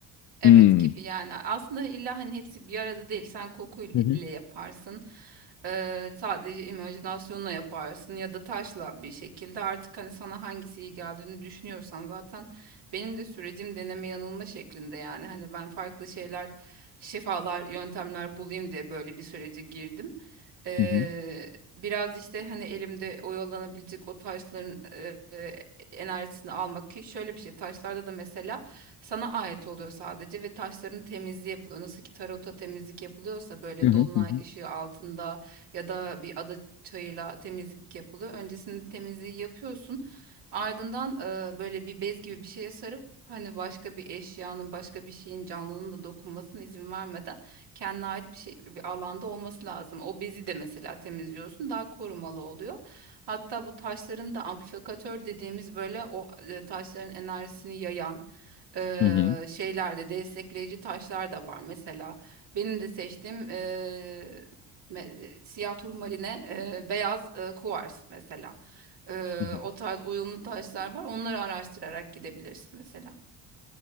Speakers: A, on the right (about 65°); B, on the left (about 45°).
A: Evet
B: Hmm.
A: gibi yani aslında illa hani hepsi bir arada değil sen kokuyla
B: Hı hı,
A: yaparsın Ee, sadece imajinasyonla yaparsın ya da taşla bir şekilde artık hani sana hangisi iyi geldiğini düşünüyorsan zaten benim de sürecim deneme yanılma şeklinde yani hani ben farklı şeyler şifalar yöntemler bulayım diye böyle bir sürece girdim. Ee,
B: hı hı,
A: biraz işte hani elimde oyalanabilecek o taşların e, e, enerjisini almak ki şöyle bir şey taşlarda da mesela sana ait oluyor sadece ve taşların temizliği yapılıyor. Nasıl ki tarota temizlik yapılıyorsa böyle
B: hı hı,
A: dolunay
B: hı hı,
A: ışığı altında ya da bir ada çayıyla temizlik yapılıyor. Öncesinde temizliği yapıyorsun. Ardından e, böyle bir bez gibi bir şeye sarıp hani başka bir eşyanın, başka bir şeyin canlının da dokunmasına izin vermeden kendine ait bir şey bir alanda olması lazım. O bezi de mesela temizliyorsun, daha korumalı oluyor. Hatta bu taşların da amplifikatör dediğimiz böyle o e, taşların enerjisini yayan eee
B: hı hı,
A: şeylerde destekleyici taşlar da var. Mesela benim de seçtiğim eee, me- siyah turmaline eee, beyaz eee, kuvars mesela. Eee,
B: hı hı.
A: o tarz uyumlu taşlar var. Onları araştırarak gidebilirsin mesela.